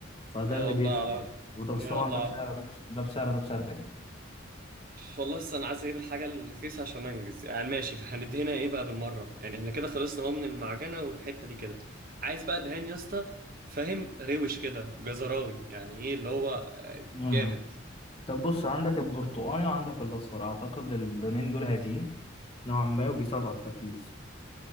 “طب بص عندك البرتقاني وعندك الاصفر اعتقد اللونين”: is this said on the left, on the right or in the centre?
Left